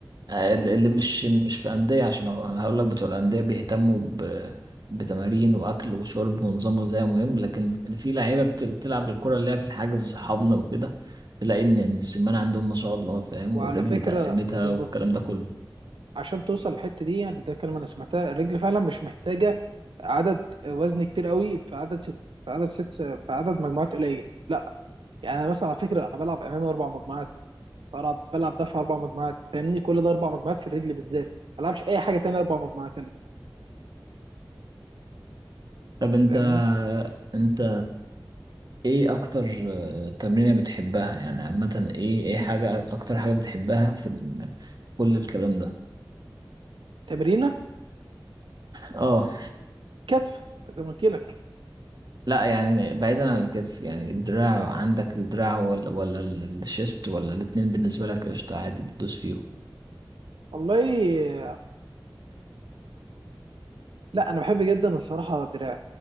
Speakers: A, on the right; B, on the right.
A: اللي اللي مش مش في أندية عشان هو- أنا هقول لك بتوع الأندية بيهتموا ب بتمارين وأكل وشرب ونظام غذائي مهم لكن اللي في لعيبة بت- بتلعب الكرة اللي هي في الحجز حضن وكده تلاقي إن إن السمان عندهم ما شاء الله فاهم
B: وعلى
A: والرجل
B: فكره
A: تقسيمتها
B: بالظبط
A: والكلام ده كله
B: عشان توصل للحته دي يعني ده كلمه انا سمعتها الرجل فعلا مش محتاجه عدد وزن كتير قوي في عدد ست في عدد ست في عدد مجموعات قليل يعني انا مثلا على فكره انا بلعب امامي اربع مجموعات بلعب بلعب دفع اربع مجموعات فاهمني كل ده اربع مجموعات في الرجل بالذات ما بلعبش اي حاجه تانية اربع مجموعات اللي دي
A: طب أنت
B: فاهمني
A: أنت إيه أكتر آه، تمرينة بتحبها يعني عامة إيه إيه حاجة أكتر حاجة بتحبها في ال- كل الكلام ده؟
B: تمرينه
A: آه
B: كتف زي ما قلت لك
A: لا يعني بعيدا عن الكتف يعني الدراع عندك الدراع ولا ولا الشيست ولا الاتنين بالنسبة لك قشطة عادي بتدوس فيهم
B: والله لا انا بحب جدا الصراحه دراعي